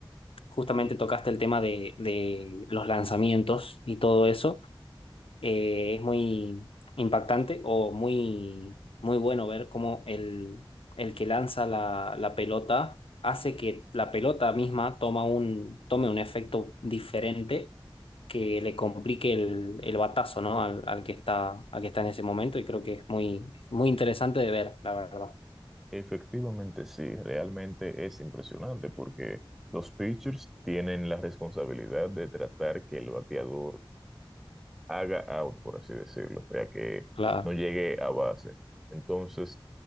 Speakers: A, on the left; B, in the centre.
A: Justamente tocaste el tema de, de los lanzamientos y todo eso. eh, es muy impactante o muy, muy bueno ver cómo el, el que lanza la, la pelota hace que la pelota misma toma un, tome un efecto diferente que le complique el, el batazo, ¿no? al, al que está, al que está en ese momento y creo que es muy, muy interesante de ver, la verdad.
B: Efectivamente, sí, realmente es impresionante porque los pitchers tienen la responsabilidad de tratar que el bateador haga out, por así decirlo, o sea, que
A: Claro.
B: no llegue a base. Entonces,